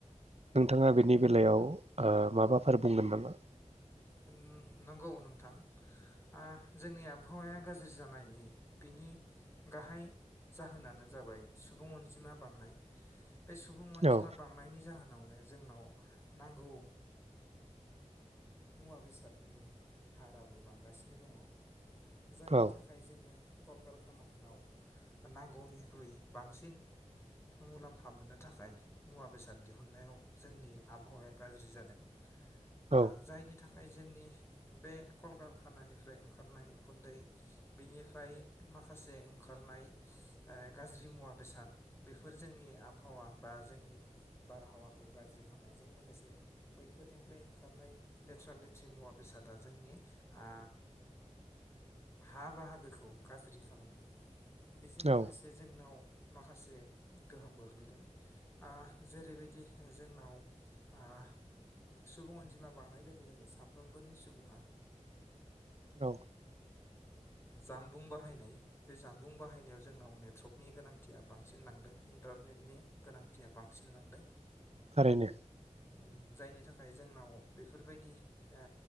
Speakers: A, on the right; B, on the left.
A: नोंथाङा बेनि ओ बेलायाव माबाफोर बुंगोन नामा?
B: ओ नंगौ नोंथां ओ जोंनि आबहावाया गाज्रि जानायनि बिनि गाहाय जाहोनानो जाबाय सुबुं अनजिमा बांनाय। बे सुबुं अनजिमा
A: औ
B: बांनायनि जाहोनाव जोंनाव नांगौ मुवा बेसादनि हाराबो बांगासिनो दङ। जायनि
A: औ
B: थाखाय जोङो कलकारखानाफोरनाव नांगौनिख्रुइ बांसिन मुलाम्फा मोननो थाखाय मुवा बेसाद दिहुननायाव जोंनि आबहावाया गाज्रि जादों।
A: औ
B: आ थाखाय जोंनि बे कलकारखानानिफ्राय ओंखारनाय उखुन्दै बेनिफ्राय माखासे ओंखारनाय ओ गाज्रि मुवा बेसाद बेफोर जोंनि आबहावा बा जोंनि बारहावाखौ गाज्रि खालामनायजों लोगोसे बैफोरनिफ्राय ओंखारनाय लेथ्रा लेथ्रि मुवा बेसादा जोंनि आ हा बाहागोखौ गाज्रि खालामदों। बेजों
A: औ
B: लोगोसे जोंनाव माखासे गोहोम गोग्लैदों ओ जेरैबायदि जोंनाव ओ सुबुं अनजिमा बांनाय लोगो लोगो साफ्रोमबोनि सुबुङा
A: औ
B: जामबुं बाहायनाय बे जामबुं बाहायनायाव जोंनाव नेटवर्कनि गोनांथिया बांसिन लांदों इन्टारनेटनि गोनांथिया बांसिन लांदों।
A: थारैनो।
B: उम जायनि थाखाय जोंनाव बेफोरबायदि ओ